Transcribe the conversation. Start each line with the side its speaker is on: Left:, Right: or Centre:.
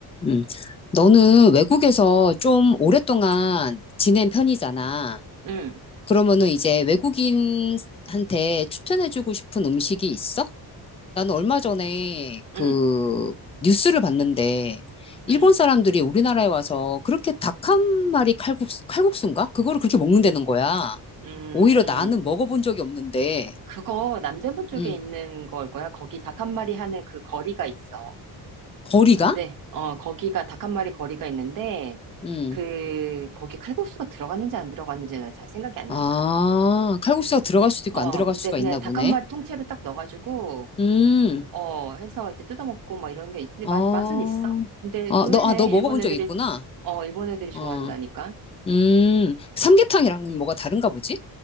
Left: 음. 너는 외국에서 좀 오랫동안 지낸 편이잖아.
Right: 응,
Left: 그러면은 이제 외국인한테 추천해주고 싶은 음식이 있어? 나는 얼마 전에 그
Right: 응,
Left: 뉴스를 봤는데 일본
Right: 응,
Left: 사람들이 우리나라에 와서 그렇게 닭 한 마리 칼국수, 칼국수인가? 그거를 그렇게 먹는다는 거야.
Right: 음.
Left: 오히려 나는 먹어본 적이 없는데,
Right: 그거 남대문 쪽에
Left: 음,
Right: 있는 걸 거야. 거기 닭 한 마리 하는 그 거리가 있어.
Left: 거리가?
Right: 근데, 어, 거기가 닭 한 마리 거리가 있는데,
Left: 음.
Right: 그, 거기 칼국수가 들어갔는지 안 들어갔는지는 잘 생각이 안
Left: 아,
Right: 난다.
Left: 칼국수가 들어갈 수도 있고
Right: 어,
Left: 안 들어갈
Right: 근데
Left: 수가
Right: 그냥
Left: 있나
Right: 닭
Left: 보네.
Right: 한 마리 통째로 딱 넣어가지고,
Left: 음.
Right: 어, 해서 이제 뜯어먹고 막 이런 게 있는데,
Left: 어,
Right: 맛, 맛은 있어. 근데
Left: 어,
Right: 의외네,
Left: 너, 아, 너 먹어본
Right: 일본 애들이,
Left: 적 있구나.
Right: 어, 일본 애들이 좋아한다니까.
Left: 어, 음, 삼계탕이랑은 뭐가 다른가 보지?